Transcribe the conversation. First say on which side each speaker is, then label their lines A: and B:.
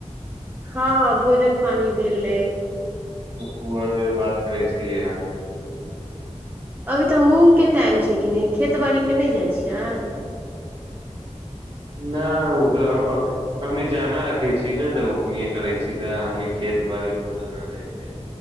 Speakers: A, on the right; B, on the right.
A: हँ भोजन पानी भेलै
B: बौआ जरे बात करै छीय यहाँके
A: अभी तऽ मूँगके टाइम छै कि नहि खेत बाड़ीमे नहि जाइ छियै
B: नहि ओ हमनी जाना रखे छी ने तऽ ओ करै छी तऽ हमनी खेत बाड़ी मे ओतऽ नहि जाइ छै